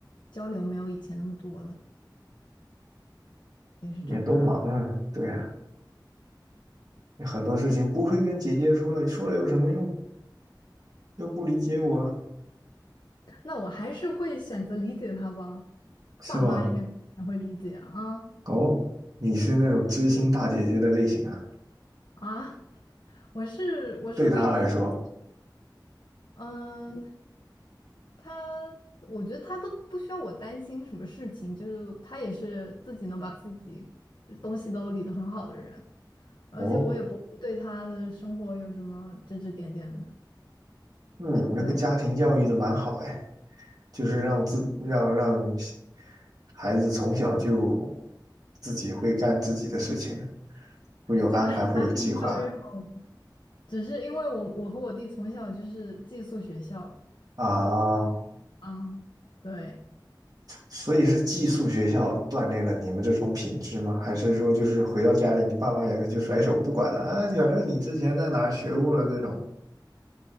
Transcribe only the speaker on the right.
也都忙啊，对啊，很多事情不会跟姐姐说了，说了有什么用？又不理解我，
是吧？
哦，你是那种知心大姐姐的类型啊。
对他来说，
哦，那你们这个家庭教育的蛮好哎，
就是让自让让孩子从小就自己会干自己的事情，会有安排，
会有计划
啊。
所以是寄宿学校锻炼了你们这种品质吗？还是说就是回到家里，你爸妈也是就甩手不管了啊？反正你之前在哪儿学过了这种，